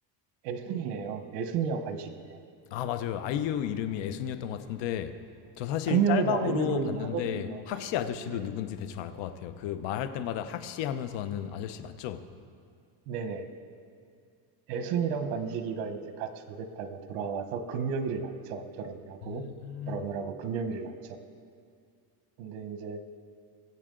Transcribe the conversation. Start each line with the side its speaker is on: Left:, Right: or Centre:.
Right: 애순이네요. 애순이와 관식이네.
Left: 아, 맞아요. 아이유 이름이 애순이었던 것 같은데, 저 사실
Right: 금명이도
Left: 짤방으로
Right: 알고는
Left: 봤는데,
Right: 하거든요.
Left: 학시
Right: <laughs>
Left: 아저씨도
Right: 네.
Left: 누군지 대충 알 것 같아요. 그 말할 때마다 학시
Right: 네.
Left: 하면서 하는 아저씨 맞죠?
Right: 네네. 애순이랑 관식이가 이제 가출을 했다가 돌아와서 금명이를 낳죠. 결혼을 하고.
Left: 음.
Right: 결혼을 하고 금명이를 낳죠. 근데 이제